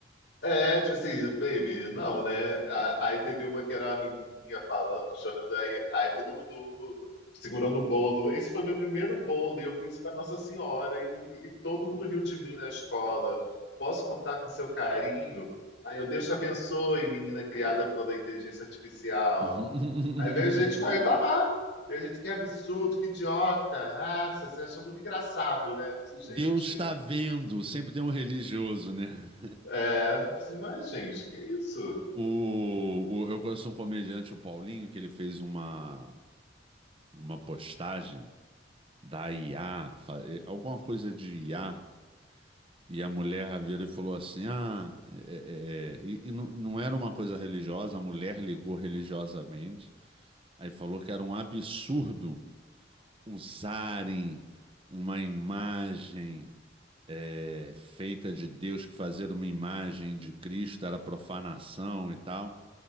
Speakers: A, on the left; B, on the right.
A: É, tipo assim, baby, não, né? A- Aí teve uma que era a menininha falando, chorando, aí, aí todo mundo segurando um bolo. Esse foi meu primeiro bolo e eu fiz para Nossa Senhora e, ninguém- e todo mundo riu de mim na escola. Posso contar com seu carinho? Aí eu, Deus te abençoe, menina criada pela inteligência artificial.
B: <laughs>
A: Aí veio gente foi reclamar. Veio gente, que absurdo, que idiota. Ah, você acha muito engraçado, né? Eu disse,
B: Deus
A: Gente,
B: está vendo, sempre tem um religioso, né?
A: é, eu disse, mas gente, que isso?
B: O, o- eu conheço um comediante, o Paulinho, que ele fez uma, uma postagem da IA, fa- eh, alguma coisa de IA, e a mulher virou e falou assim: Ah, é- é- é", e, e não, não era uma coisa religiosa, a mulher ligou religiosamente, aí falou que era um absurdo usarem uma imagem. eh, feita de Deus, que fazer uma imagem de Cristo era profanação e tal.